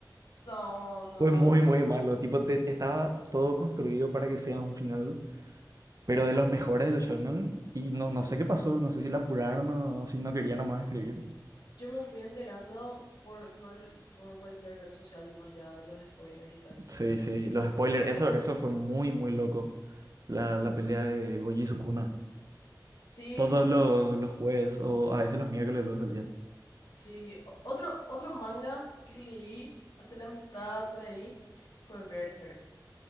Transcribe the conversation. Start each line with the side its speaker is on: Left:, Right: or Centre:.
Left: No, no,
Right: Fue muy,
Left: sí,
Right: muy malo. Tipo, te- estaba todo construido para que sea un final, pero de los mejores del shonen. Y no,
Left: sí.
Right: no sé qué pasó, no sé si la apuraron o si no quería nomás escribir.
Left: Yo me fui enterando por, por, por cualquier red social nomás ya de los spoilers y tal.
Right: Sí, sí, los spoilers,
Left: Cuando
Right: eso,
Left: volví
Right: eso fue
Left: a tocar.
Right: muy, muy loco. La, la pelea de Gojo y Sukuna.
Left: Sí,
Right: Todos
Left: sí, sí,
Right: los,
Left: sí, sí.
Right: los jueves o a veces los miércoles luego salía.
Left: Sí, o- Otro, otro manga que leí hasta la mitad por ahí fue Berserk.